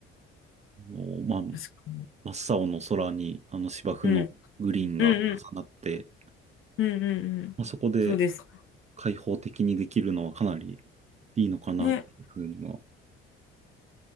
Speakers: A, on the right; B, on the left.
A: あの、まあ
B: 確かに。
A: 真っ青の空にあの芝生のグリーンが重なって、
B: うん。うんうん。うんうんうん。
A: まあ、そこで
B: そうです。
A: 開放的にできるのはかなりいいのかなっていうふうには。
B: ねはい確かにうんうんうんうんうんうんそうですね